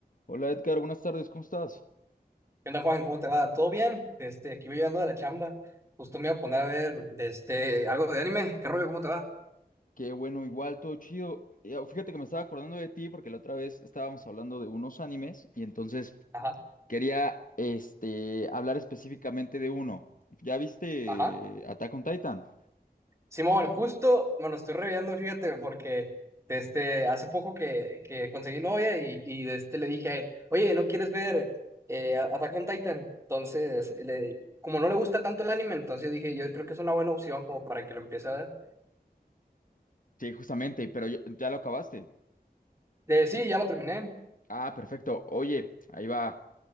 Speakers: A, on the left (about 55°); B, on the right (about 15°).
A: Hola Edgar, buenas tardes, ¿cómo estás?
B: ¿Qué onda, Juan? ¿Cómo te va? ¿Todo bien? Este, aquí voy llegando de la chamba. Justo me iba a poner a ver de este, algo de anime. ¿Qué rollo? ¿Cómo te va?
A: Qué bueno, igual, todo chido. Eh, oh, Fíjate que me estaba acordando de ti porque la otra vez estábamos hablando de unos animes y entonces
B: Ajá,
A: quería este, hablar específicamente de uno. ¿Ya viste
B: ajá.
A: Attack on Titan?
B: Simón, justo me lo estoy reviendo, fíjate, porque de este, hace poco que, que conseguí novia y, y de este, le dije, oye, ¿no quieres ver eh, Attack on Titan? Entonces, le- como no le gusta tanto el anime, entonces dije, yo creo que es una buena opción como para que lo empiece a ver.
A: Sí, justamente, pero ya, ya lo acabaste.
B: De, sí, ya lo terminé.
A: Ah, perfecto. Oye, ahí va.